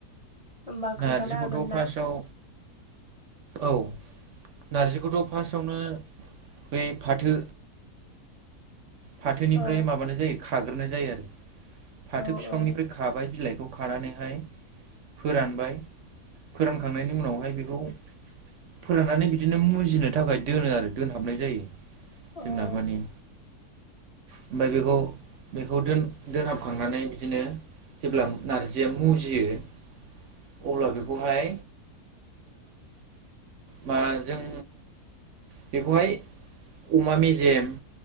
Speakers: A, on the left; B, on the right.
A: होमबा
B: नारजिखौथ'
A: खोन्थानो हागोन
B: फार्स्टआव
A: ना
B: औ नारजिखौथ' फार्स्टआवनो बै फाथो
A: <inaudible>
B: फाथोनिफ्राय
A: औ
B: माबानाय जायो खाग्रोनाय जायो आरो फाथो
A: औ
B: फिफांनिफ्राय
A: औ
B: खाबाय बिलाइखौ खानानैहाय फोरानबाय फोरानखांनायनि उनावहाय बेखौ फोराननानै बिदिनो मुजिनो थाखाय दोनो आरो दोनहाबनाय जायो।
A: अ
B: सिमला मानि ओमफ्राय बेखौ बेखौ दोनहाबखांनानै बिदिनो जेब्ला नारजिया मुजियो अब्ला बेखौहाय मा जों बेखौहाय अमा मेजेम